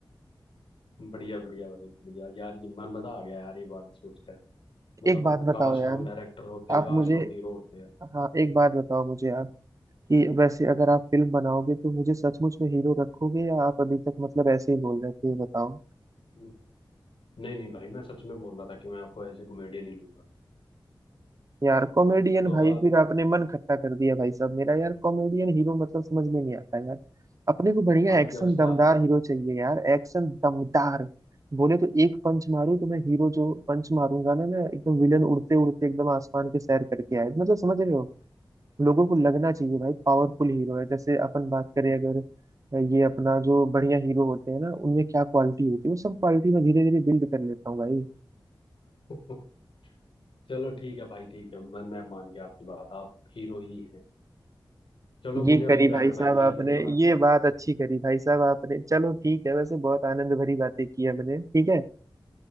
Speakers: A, on the left; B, on the right.
A: बढ़िया बढ़िया भाई बढ़िया यार ये म- मजा आ गया यार ये बात सोचकर मतलब
B: एक बात
A: अ-
B: बताओ
A: काश
B: यार
A: हम डायरेक्टर होते
B: आप
A: काश
B: मुझे
A: हम हीरो होते यार
B: हाँ एक बात बताओ मुझे आप कि वैसे अगर आप फिल्म बनाओगे तो मुझे सचमुच में हीरो रखोगे या आप अभी तक मतलब ऐसे ही बोल रहे थे ये बताओ
A: हम्म, नहीं नहीं भाई मैं सच में बोल रहा था कि मैं आपको ऐसे कॉमेडियन ही लूंगा
B: यार कॉमेडियन
A: तो
B: भाई
A: आप
B: फिर आपने मन खट्टा कर दिया भाई साहब मेरा यार कॉमेडियन हीरो मतलब समझ में नहीं आता यार अपने को बढ़िया
A: भाई
B: एक्शन
A: जब से
B: दमदार
A: आप
B: हीरो चाहिए यार एक्शन दमदार बोले तो एक पंच मारूं तो मैं हीरो जो पंच मारूंगा ना मैं एकदम विलन उड़ते उड़ते एकदम आसमान के सैर करके आए मतलब समझ रहे हो लोगों को लगना चाहिए भाई पावरफुल हीरो है जैसे अपन बात करें अगर ये अपना जो बढ़िया हीरो होते हैं ना उनमें क्या क्वालिटी होती है वो सब क्वालिटी मैं धीरे धीरे बिल्ड कर लेता हूँ भाई
A: <laughs> चलो ठीक है भाई ठीक है मैं मैं मान गया आपकी बात आप हीरो ही हैं चलो
B: ये
A: मुझे अभी
B: करी
A: जाना
B: भाई
A: है
B: साहब
A: भाई
B: आपने
A: कहीं मैं थोड़ा
B: ये बात अच्छी करी भाई साहब आपने चलो ठीक है वैसे बहुत आनंद भरी बातें की हमने ठीक है